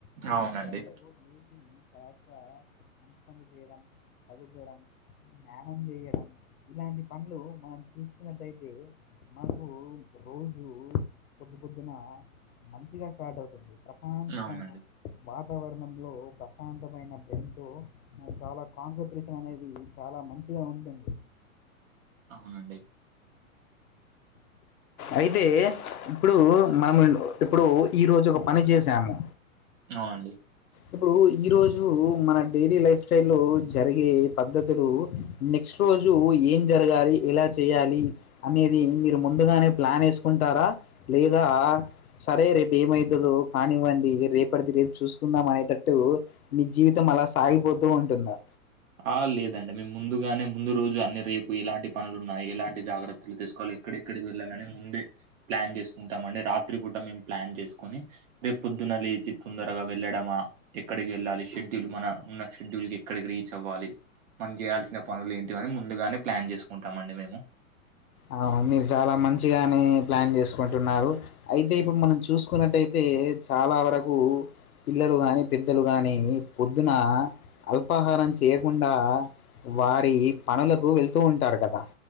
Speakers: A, on the left (about 85°); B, on the right (about 60°).
A: ఆ
B: అవునండి.
A: సమయంలో లేచి కాస్త మంచి పని చేయడం పదుకోవడం స్నానం చేయడం ఇలాంటి పనులు మనం చేస్తున్నట్టయితే మాకు రోజు పొద్దు పొద్దున మంచిగా స్టార్ట్ అవుతుంది ప్రశాంతమైన
B: అవునండి.
A: వాతావరణంలో ప్రశాంతమైన బ్రెన్ తో చాలా కాంపిటీషన్ అనేది చాలా మంచిగా ఉందండి
B: అవునండి
A: అయితే ఇప్పుడు మనము ఇప్పుడు ఈ రోజు ఒక పని చేసాము
B: అవునండి
A: ఇప్పుడు ఈ రోజు మన డైలీ లైఫ్ స్టైల్ లో జరిగే పద్ధతులు నెక్స్ట్ రోజు ఏం జరగాలి ఎలా చేయాలి అనేది మీరు ముందుగానే ప్లాన్ వేసుకుంటారా లేదా సరే రేపు ఏమవుతుందో కానివ్వండి రేపటిది రేపు చూసు కుందాం అనేటట్టు మీ జీవితం అలా సాగిపోతూ ఉంటుందా
B: ఆ లేదండి మేము ముందుగానే ముందు రోజు అన్ని రేపు ఎలాంటి పనులు ఉన్నాయి ఎలాంటి జాగ్రత్తలు తీసుకోవాలి ఇక్కడెక్కడికి వెళ్ళాలని ముందే ప్లాన్ చేసుకుంటామ అండి రాత్రి కూడాూ మేము ప్లాన్ చేసుకొని రే పొద్దున లేచి తొందరగా వెళ్ళడమా ఎక్కడికి వెళ్ళాలి, షెడ్యూల్ మన, ఉన్న షెడ్యూల్ కి ఎక్కడికి రీచ్ రీచవ్వాలి. మనం చేయాల్సిన పనులు ఏంటివి అని ముందుగానే ప్లాన్ చేసుకుంటాం అండి మేము.
A: అ మీరు చాలా మంచిగానే ప్లాన్ చేసుకుంటున్నారు. అయితే
B: హ్మ్.
A: ఇప్పుడు మనం చూసుకున్నట్టయితే చాలావరకు పిల్లలు గాని పెద్దలు గాని పొద్దున అల్పాహారం చేయకుండా వారి పనులకు వెళ్తూ ఉంటారు కదా